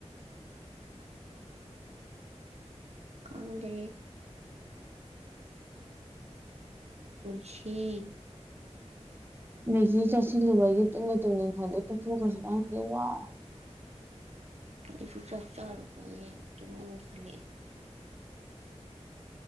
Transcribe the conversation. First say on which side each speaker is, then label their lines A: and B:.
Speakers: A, on the right; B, on the right.
A: ꯑꯪꯀ ꯄꯨꯟꯁꯤꯤ
B: ꯃꯦꯒꯤ ꯆꯥꯁꯤꯜꯂꯨꯕꯒꯤ ꯇꯨꯝꯕꯨ ꯇꯨꯝꯅꯤꯡ ꯈꯜꯂꯦ ꯇꯨꯝꯊꯣꯛꯈ꯭ꯔꯁꯤꯕ ꯈꯪꯗꯦ ꯋꯥ
A: ꯑꯩꯁꯨ ꯆꯥꯛ ꯆꯥꯔꯨꯕꯗꯩ ꯇꯨꯞꯅꯤꯡꯈꯔꯛꯑꯦ